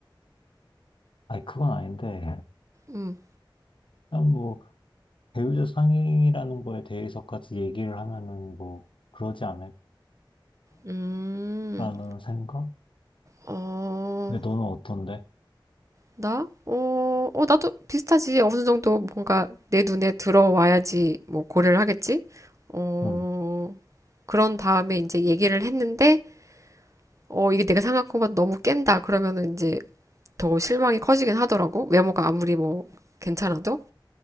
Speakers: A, on the left (about 80°); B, on the right (about 35°).
A: 아니, 그건 아닌데,
B: 음,
A: 그냥 뭐, 배우자 상행이라는 거에 대해서까지 얘기를 하면은 뭐, 그러지 않을까?
B: 음,
A: 라는 생각?
B: 어.
A: 왜 너는 어떤데?
B: 나? 어, 어, 나도 비슷하지. 어느 정도 뭔가 내 눈에 들어와야지 뭐 고려를 하겠지? 어,
A: 응.
B: 그런 다음에 이제 얘기를 했는데, 어, 이게 내가 생각한 것보다 너무 깬다. 그러면은 이제 더 실망이 커지긴 하더라고. 외모가 아무리 뭐 괜찮아도.